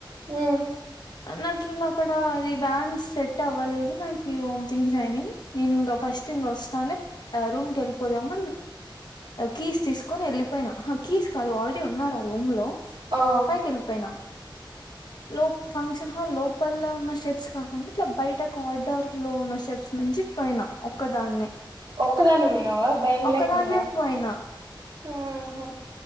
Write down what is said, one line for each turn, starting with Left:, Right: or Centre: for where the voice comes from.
Right: ఉ
Left: నాకు ఇంగ అక్కడది వ్యాన్ సెట్ అవ్వలేదు నాకు వామ్ థింగ్స్ అయినాయి నేను ఇంకా ఫస్ట్ స్ట్ ఇంగ వస్తానే రూమ్ కెళ్ళిపోదామన్ కీస్ తీసుకొని ఎళ్ళిపోయినా అహ కీస్ కాదు ఆల్రెడీ ఉన్నారు ఆ రూమ్ లో
Right: ఆ!
Left: పైకి ఎళ్ళిపోయినా లో ఫంక్షన్ హాల్లో లోపల్లో ఉన్న షెప్స్ కాకుండా ఇట్లా బయటకు ఆర్డర్లో ఉన్న షెప్స్ ను మంచిపోన ఒక్కదాన్నే
Right: ఒక్కదానివే పోయినావా భయం
Left: ఒక్కదాన్నే
Right: లేకుండా
Left: పోయినా
Right: ఆహ